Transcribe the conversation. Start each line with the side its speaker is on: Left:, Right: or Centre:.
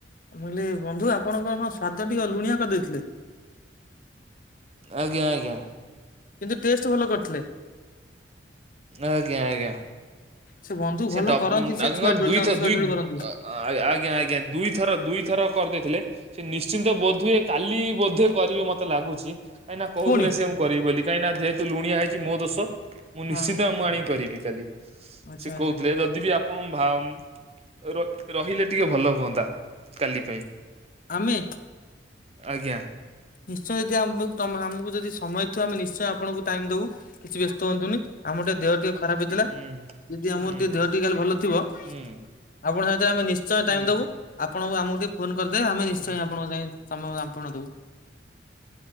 Left: ମୁଁ କହିଲି ବନ୍ଧୁ ଆପଣଙ୍କ କଣ ସ୍ଵାଦ ଟିକିଏ ଲୁଣିଆ କରିଦେଇଥିଲେ?
Right: ଆଜ୍ଞା ଆଜ୍ଞା।
Left: କିନ୍ତୁ ଟେଷ୍ଟ ଭଲ କରିଥିଲେ।
Right: ଆଜ୍ଞା ଆଜ୍ଞା।
Left: ସେ ବନ୍ଧୁ ଭଲ
Right: ଡବ
Left: କରନ୍ତି ସେ ଛୁଆ ଡୋଳି
Right: ଦୁଇଥର ଦୁଇ ଥର
Left: ଛୁଆ
Right: ଦୁଇ
Left: ଡୋଳି କରନ୍ତି।
Right: ଆ- ଆଜ୍ଞା ଆଜ୍ଞା ଦୁଇଥର ଦୁଇ ଥର କରିଦେଇଥିଲେ ସେ ନିଶ୍ଚିନ୍ତ ବୋଧ ହୁଏ କାଲି ବୋଧେ କରିବି ମତେ ଲାଗୁଛି କାହିଁ ନା କହୁଥିଲେ
Left: ପୁଣି
Right: ସିଏ ମୁଁ କରିବି ବୋଲି କାହିଁକି ନା ଯେହେତୁ ଲୁଣିଆ ହେଇଛି ମୋ ଦୋଷ। ମୁଁ
Left: ହଁ
Right: ନିଶ୍ଚିତ ମୁଁ ଆଣି କରିବି କାଲି
Left: ଆଚ୍ଛା
Right: ସେ
Left: ଆଚ୍ଛା।
Right: କହୁଥିଲେ ଯଦି ବି ଆପ ଆପ ଭାମ ଉ ରହିଲେ ଟିକେ ଭଲ ହୁଅନ୍ତା। କାଲି ପାଇଁ
Left: ଆମେ
Right: ଆଜ୍ଞା।
Left: ନିଶ୍ଚୟ ଯଦି ଆମ ତମକୁ ଆମକୁ ଯଦି ସମୟ ଥିବ ଆମେ ନିଶ୍ଚୟ ଆପଣଙ୍କୁ ଟାଇମ ଦବୁ। କିଛି ବ୍ୟସ୍ତ ହଅନ୍ତୁନି ଆମ ଟିକେ ଦେହ ଟିକେ ଖରାପ ହେଇଥିଲା।
Right: ହୁଁ
Left: ଯଦି ଆମର
Right: ହୁଁ
Left: ଟିକେ ଦେହ ଟିକେ ଖାଲି ଭଲ ଥିବ
Right: ହୁଁ
Left: ଆପଣ ସହିତ ଆମେ ନିଶ୍ଚୟ
Right: ହୁଁ
Left: ଟାଇମ ଦବୁ। ଆପଣଙ୍କୁ ଆମକୁ ଟିକେ ଫୋନ କରିଦେବେ ଆମେ ନିଶ୍ଚୟ
Right: ହୁଁ।
Left: ଆପଣଙ୍କ ସାଙ୍ଗେ ସମୟ <unintelligible> ଦବୁ।